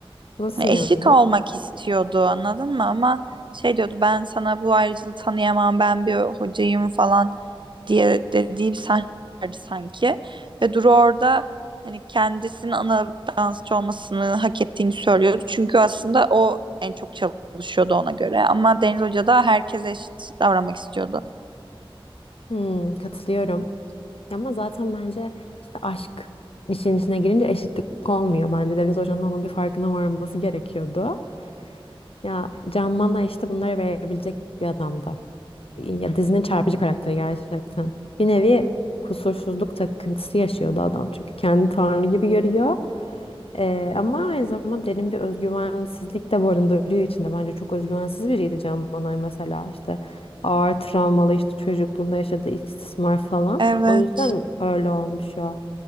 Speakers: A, on the left (about 80°); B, on the right (about 55°).
A: nasıl
B: Hani
A: yani?
B: eşit olmak istiyordu anladın mı? Ama şey diyordu ben sana bu ayrıcalığı tanıyamam ben bir hocayım falan diye dediği bir sahne vardı sanki. Ve Duru orada hani kendisinin ana dansçı olmasını hak ettiğini söylüyordu. Çünkü aslında o en çok çalışıyordu ona göre. Ama Deniz Hoca da herkes eşit davranmak istiyordu.
A: Hmm, katılıyorum. Ama zaten bence işte aşk işin içine girince eşitlik olmuyor. Bence Deniz Hoca'nın onun bir farkına varması gerekiyordu. Ya Can Mana işte bunları verebilecek bir adamdı. Ya dizinin çarpıcı karakteri gerçekten. Bir nevi kusursuzluk takıntısı yaşıyordu adam. Çünkü kendi tanrı gibi görüyor. Ee, ama aynı zamanda derin bir özgüvensizlik de barındırıyor içinde. Bence çok özgüvensiz biriydi Can Manay mesela. işte ağır travmalı işte çocukluğunda yaşadığı istismar falan.
B: Evet.
A: O yüzden öyle olmuş o.